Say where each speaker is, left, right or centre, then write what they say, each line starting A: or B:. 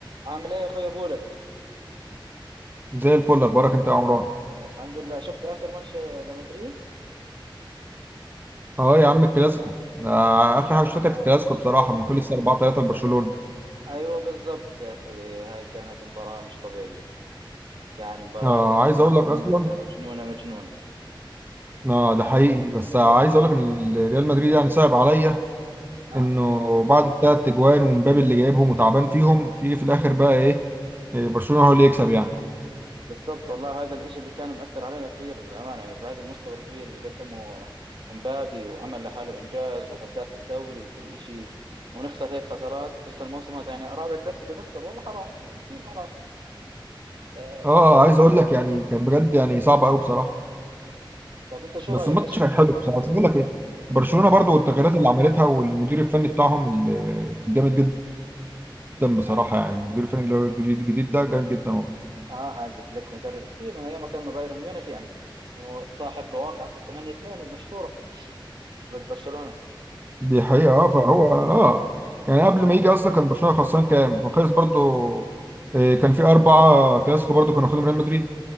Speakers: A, on the right (about 65°); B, on the right (about 25°).
A: عامل ايه يا اخويا بولا
B: زي الفل اخبارك انت يا عمران
A: الحمد لله شفت اخر ماتش آه، لمدريد
B: اه يا عم الكلاسيكو ده اخر حاجه شفتها
A: آه.
B: كانت الكلاسيكو بصراحه لما خلص 4 3 لبرشلونه
A: ايوه بالضبط يا اخي هاي كانت مباراة مش طبيعية يعني مباراة
B: آه
A: كانت
B: عايز اقول
A: مجنونة
B: لك اصلا
A: مجنونة مجنونة
B: آه ده حقيقي بس عايز اقول لك ان ريال مدريد يعني صعب عليا
A: اه
B: انه بعد الثلاث تجوان ومبابي اللي جايبهم وتعبان فيهم يجي في الاخر بقى ايه إيه، برشلونه هو اللي يكسب يعني
A: بالضبط والله هذا الاشي اللي كان مؤثر علينا كثير للامانة يعني بعد المستوى الكبير اللي قدمه امبابي وعمل لحاله انجاز وهداف الدوري وكل اشي ونخسر هيك خسارات خصوصا الموسم هذا يعني رابع كلاسيكو نخسر والله حرام يعني كثير حرام آه،
B: اه
A: فالاشي
B: عايز اقول لك يعني كان بجد يعني صعب قوي بصراحه
A: طب انت شو
B: بس
A: رايك
B: الماتش
A: ايش
B: كان حلو بصراحه بس بقول لك ايه برشلونه برضو والتغييرات اللي عملتها والمدير الفني بتاعهم ال- الجامد جدا جدا بصراحه
A: اه
B: يعني المدير الفني اللي هو الجديد الجديد ده جامد جدا والله
A: اه هانز فليك مدرب كبير من ايام ما كان مع بايرن ميونخ يعني وصاحب بواقعة الثمانية اثنين المشهورة ضد برشلونة
B: دي حقيقه اه فهو
A: آه.
B: اه يعني قبل ما يجي اصلا كان برشلونه خسران كام؟ كان خلص برضو آه، كان في اربعه آه، كلاسيكو برضو كانوا واخدهم ريال مدريد